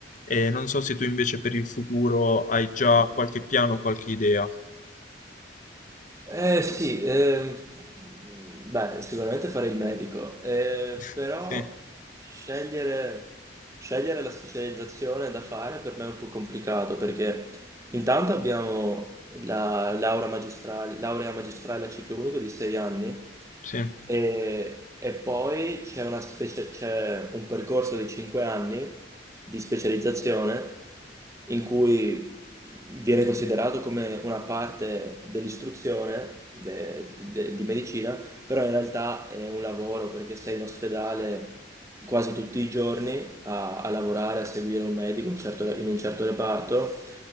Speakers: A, on the left; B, on the right.
A: E non so se tu invece per il futuro hai già qualche piano, qualche idea.
B: Eh sì, ehm, beh, sicuramente fare il medico, eh,
A: <laughs>
B: però
A: Sì,
B: scegliere, scegliere la specializzazione da fare per me è un po' complicato perché intanto abbiamo la laurea magistrale, laurea magistrale a ciclo unico di sei anni
A: sì,
B: e, e poi c'è una specie- c'è un percorso di cinque anni di specializzazione in cui quindi viene considerato come una parte dell'istruzione de- de- di medicina, però in realtà è un lavoro perché sei in ospedale quasi tutti i giorni a, a lavorare, a seguire un medico un certo- in un certo reparto